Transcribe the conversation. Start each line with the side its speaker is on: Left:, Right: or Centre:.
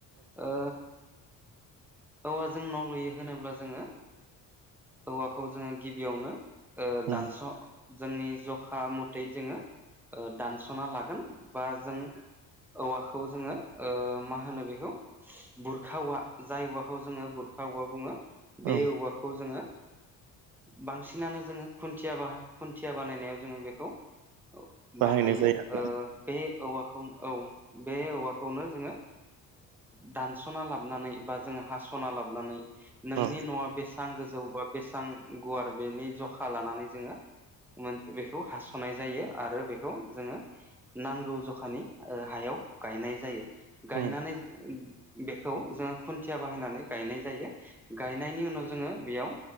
Centre: औ औवाजों जों न' लुयो होनोब्ला जोङो औवाखौ जोङो गिबियावनो दानस'
Right: औ
Centre: जोंनि जखा मथै जोङो दानस'ना लागोन बा जों औवाखौ जोङो मा होनो बेखौ बुरखा औवा जाय औवाखौ जोङो बुरखा औवा बुङो बे
Right: औ
Centre: औवाखौ जोङो बांसिनानो जोङो खुन्थिया बाह खुन्थिया बानायनायाव जोङो बेखौ
Right: बाहायनाय
Centre: बाहायो
Right: जायो आरोना
Centre: बे औवाखौ औ बे औवाखौनो जोङो दानस'ना लाबोनानै बा जोङो हास'ना लाबोनानै नोंनि
Right: औ
Centre: न'आ बेसेबां गोजौ बा बेसेबां गुवार बेनि जखा लानानै जोङो बेखौ हास'नाय जायो आरो बेखौ जोङो नांगौ जखानि हायाव गायनाय जायो गायनानै
Right: उम
Centre: बेखौ जोङो खुन्थिया बाहायनानै गायनाय जायो गायनायनि उनाव जोङो बेयाव